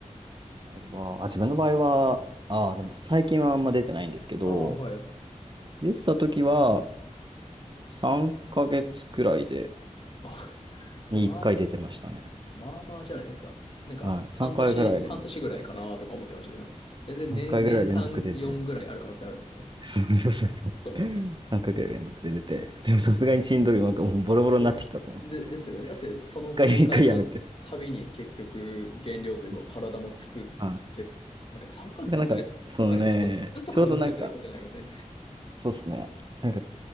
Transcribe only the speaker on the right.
場合はあ、自分の場合は、ああ、でも最近はあんま出てないんですけど、
出てた時は、3ヶ月くらいで
1回出てましたね。
はい。3回ぐらい連続で出て。
3回ぐらい連続で出て。
そうそうそうそう。
3回ぐらい連続で出て。でもさすがにしんどい。
なんかもうボロボロになってきたと思って。
1回、
一回やめて。
そうそう。は
い。なんか、なんかそのね、
ちょうどなんか、
そうっすね。なんか、